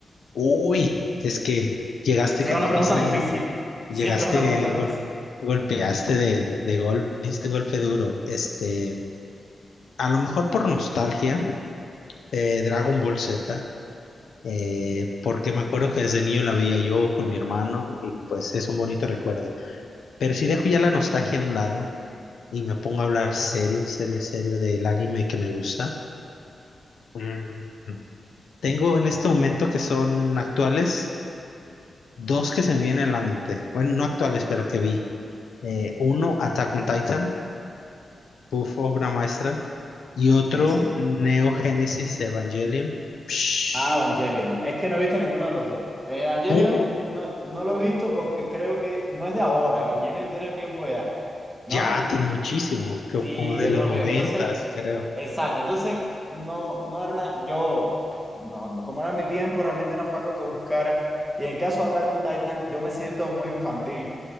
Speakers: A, on the left; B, in the centre.
A: Uy, es que llegaste
B: Sí,
A: con
B: es una
A: difícil,
B: pregunta difícil.
A: llegaste,
B: Siempre es una pregunta difícil.
A: gol- golpeaste de, de golpe, diste golpe duro. Este, a lo mejor por nostalgia, eh, Dragon Ball Z. eh, porque me acuerdo que desde niño la veía yo con mi hermano y pues es un bonito recuerdo. Pero si dejo ya la nostalgia a un lado y me pongo a hablar serio, serio, serio del anime que me gusta, mm, tengo en este momento que son actuales dos que se me vienen a la mente. Bueno, no actuales, pero que vi. Eh, uno, Attack on Titan, uf, obra maestra. Y otro,
B: Sí, sí.
A: Neo Genesis Evangelion. Psh,
B: Ah, Evangelion. Es que no he visto ninguno de los dos. Eh, Evangelion
A: no,
B: no, no lo he visto porque creo que no es de ahora. Evangelion tiene tiempo ya, ¿no?
A: ya tiene muchísimo, creo
B: Sí,
A: como de
B: es
A: los
B: más
A: noventas,
B: viejo. Entonces,
A: creo.
B: Exacto, entonces no, no era una, yo, no, no, como era mi tiempo, realmente no fue algo que buscara. Y en el caso de Attack on Titan, yo me siento muy infantil